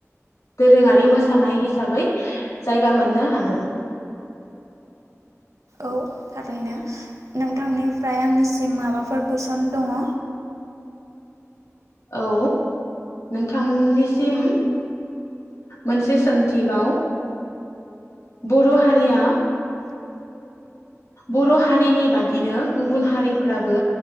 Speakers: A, on the left; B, on the right.
A: दोरोङारि मोसानाय हिसाबै जायगा मोननो हादों
B: औ थारैनो नोंथांनिफ्राय आंनिसिम माबाफोर कुइसन दङ?
A: औ नोंथांनिसिम मोनसे सोंथिबाव बर' हारिया बर' हारिनि बादिनो गुबुन हारिफोराबो